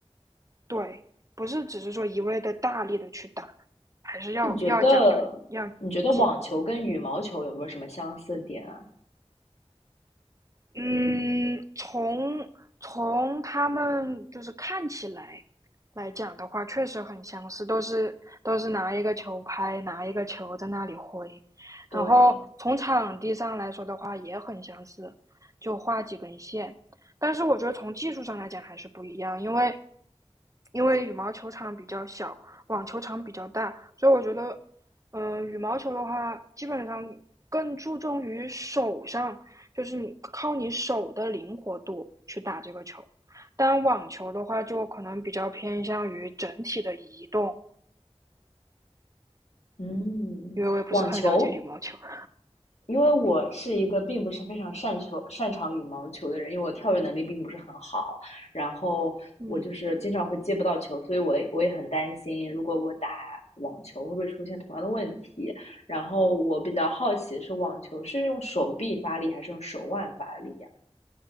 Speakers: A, on the right; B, on the left.
A: 对，不是只是说一味的大力的去打，还是要要讲究要计谋。
B: 你觉得你觉得网球跟羽毛球有没有什么相似点啊？
A: 嗯，从从他们就是看起来来讲的话，确实很相似，都是都是拿一个球拍，拿一个球在那里挥，
B: 对，
A: 然后从场地上来说的话也很相似，就画几根线，但是我觉得从技术上来讲还是不一样，因为因为羽毛球场比较小，网球场比较大，所以我觉得嗯，羽毛球的话，基本上更注重于手上，就是你靠你手的灵活度去打这个球。但网球的话，就可能比较偏向于整体的移动，
B: 嗯，
A: 因为我也不是很了解羽毛球。
B: 网球
A: <laughs>
B: 因为我是一个并不是非常擅球擅长羽毛球的人，因为我跳跃能力并不是很好，然后我就是经常会接不到球，
A: 嗯。
B: 所以我也我也很担心，如果我打网球会不会出现同样的问题。然后我比较好奇是网球是用手臂发力还是用手腕发力呀？